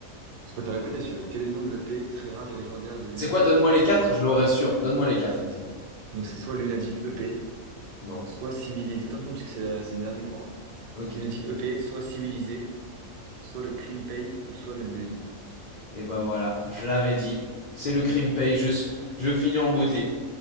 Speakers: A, on the right; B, on the left.
A: Je peux te le répéter, si tu veux. Quel est le nom de l'EP très rare et légendaire de Lunatic
B: C'est quoi, donne-moi les
A: sorti?
B: quatre, je l'aurais sûr. Donne-moi les quatre.
A: Vas-y. Donc c'est soit Lunatic EP,
B: Non.
A: soit Civilisé. Attention, parce que c'est la- c'est le dernier point. hein.
B: Ok.
A: Lunatic EP, soit Civilisé, soit le Crime Paye, ou soit Neuf de i
B: Et bah voilà, je l'avais dit. C'est le crime paye, je, je finis en beauté.